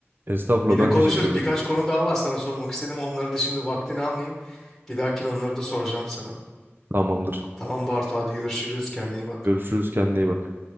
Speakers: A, on the right; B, in the centre.
A: Estağfurullah
B: Yine
A: ben
B: konuşuruz.
A: teşekkür ederim.
B: Birkaç konu daha var sana sormak istedim. Onları da şimdi vaktini almayayım. Bir dahakine onları da soracağım sana.
A: Tamamdır.
B: Tamam Bartu hadi görüşürüz. Kendine iyi bak.
A: Görüşürüz kendine iyi bak.